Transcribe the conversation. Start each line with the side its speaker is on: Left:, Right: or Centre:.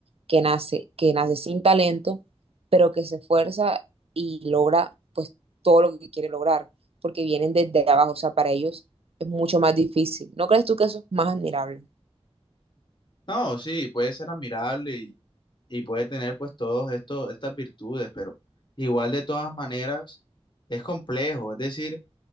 Right: que nace, que nace sin talento, pero que se esfuerza y logra pues todo lo que quiere lograr, porque vienen desde abajo. O sea, para ellos es mucho más difícil. ¿No crees tú que eso es más admirable?
Left: No, sí, puede ser admirable y, y puede tener pues todos estos, estas virtudes, pero igual de todas maneras es complejo. Es decir,